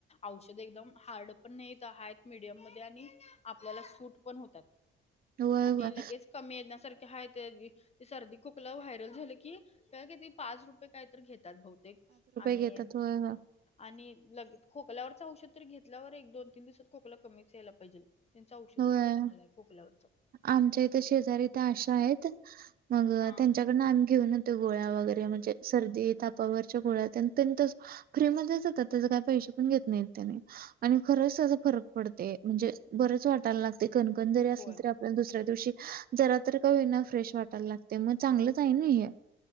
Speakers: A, on the left; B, on the right.
A: औषध एकदम हार्ड पण नाहीे मिडियम मध्ये आणि आपल्याला सूट पण होतात
B: <inaudible>
A: आणि
B: होय.
A: लगेच कमी येण्यासारखे हायत ते सर्दी खोकला व्हायरल झालं की काय की ते पाच रुपये काय तर घेतात बहुतेक आणि
B: घेतात. होय, होय.
A: आणि लगे खोकल्यावरच औषध तर घेतल्यावर एक दोन तीन दिवसात खोकला कमीच यायला पाहिजेल चुडस्ती
B: होय.
A: चांगली आहे खोकल्यावर
B: आमच्या इथं शेजारी इथ आशा आहेत मग
A: हा
B: त्यांच्याकडनं आम्ही घेऊन गोळ्या वगैरे म्हणजे सर्दी तापावरच्या गोळ्यातेन त्यांनी तसं फ्री मध्येच देतात त्याच पैसे पण घेत नाहीत त्यांनी आणि खरंच त्याचा फरक पडतय म्हणजे बरच वाट टायला लागतय कणकणी जरी असली
A: होय.
B: तरी आपल्याला दुसऱ्या दिवशी जरा तर कावीना फ्रेश वाटायला लागते म चांगलंच आहे नई हे